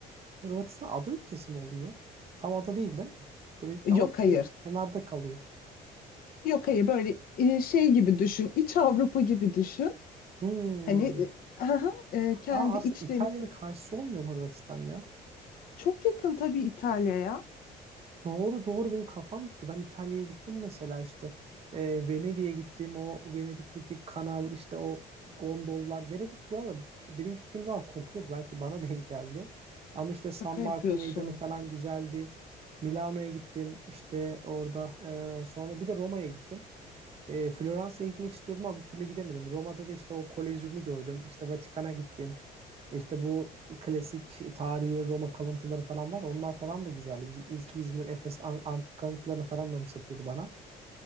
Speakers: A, on the right; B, on the left.
A: Hırvatistan ada ülkesi mi oluyor? Tam ada değil değil mi? Böyle
B: Yok
A: ama ke-
B: hayır.
A: kenarda kalıyor.
B: Yok hayır böyle e, şey gibi düşün. İç Avrupa gibi düşün.
A: Hmm.
B: Hani e, aha, e, kendi
A: Aa, aslında
B: iç
A: İtalya'nın
B: denizi.
A: karşısı olmuyor mu Hırvatistan ya?
B: Çok yakın tabii İtalya'ya.
A: Doğru doğru benim kafam gitti. Ben İtalya'ya gittim mesela işte e, Venedik'e gittim. O Venedik'teki kanal işte o gondollar. Venedik bu arada benim gittiğim zaman kokuyordu. Belki bana <laughs> denk geldi. Ama işte San
B: Şaka
A: Marco
B: yapıyorsun.
A: Meydanı falan güzeldi. Milano'ya gittim işte orada. e, sonra bir de Roma'ya gittim. E, Floransa'ya gitmek istiyordum ama bir türlü gidemedim. Roma'da da işte o Kolezyum'u gördüm. İşte Vatikan'a gittim. İşte bu klasik tarihi Roma kalıntıları falan var. Onlar falan da güzeldi. Bizim İz- İzmir, Efes an- antik kalıntılarını falan da satıyordu bana.